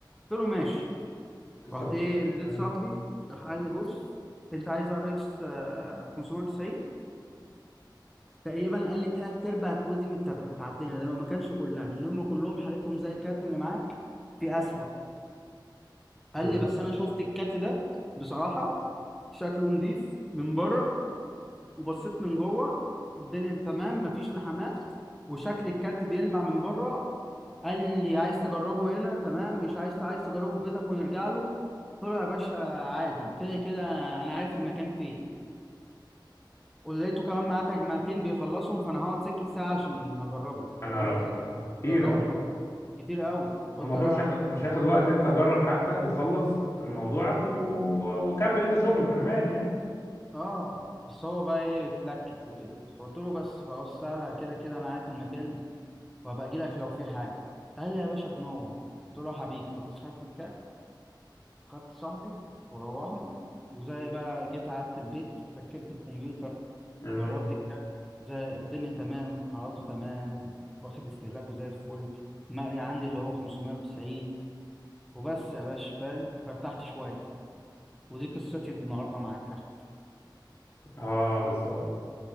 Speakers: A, in the centre; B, on the left.
A: قلت له ماشي
B: بالظبط
A: رحت ايه ناديت
B: مم.
A: صاحبي راح قال لي بص انت عايز ار اكس 590 تقريبا قال لي تلات ارباع الكروت دي مت- متعدمه ده ما كانش كلها لان هم كلهم حالتهم زي الكارت اللي معاك في اسوأ
B: بالظبط
A: قال لي بس انا شفت الكارت ده بصراحة شكله نضيف من بره وبصيت من جوه الدنيا تمام مفيش لحمات وشكل الكارت بيلمع من بره قال لي عايز تجربه هنا تمام مش عايز عايز تجربه في بيتك ونرجع له قلت له يا باشا عادي كده كده انا عارف المكان فين ولقيته كمان معاه تجمعتين بيخلصهم فانا هقعد سكت ساعه عشان اجربه
B: يا نهار
A: فانا قلت
B: أبيض
A: لا
B: آه، كتير
A: اجربه
B: أه
A: مرة. كتير قوي قلت
B: الموضوع
A: لا
B: مش هياخد
A: اجرب
B: مش هياخد وقت أنت جرب حاجتك وخلص موضوعك و... و- وكمل أنت شغلك أنا مالي يعني
A: اه بس هو بقى ايه اتلكك وكده فقلت له بس خلاص سهله كده كده انا عارف المكان وهبقى اجي لك لو في حاجه قال لي يا باشا تنور قلت له حبيبي رحت خدت الكات وخدت صاحبي وروحنا وزي بقى جيت قعدت البيت ركبت الكمبيوتر
B: مم.
A: جربت الكات زي الدنيا تمام حرارته تمام واخد استهلاكه زي الفل المقري عندي اللي هو 590 وبس يا باشا فاهم فارتحت شويه ودي قصتي النهارده مع الكارت
B: أه بالظبط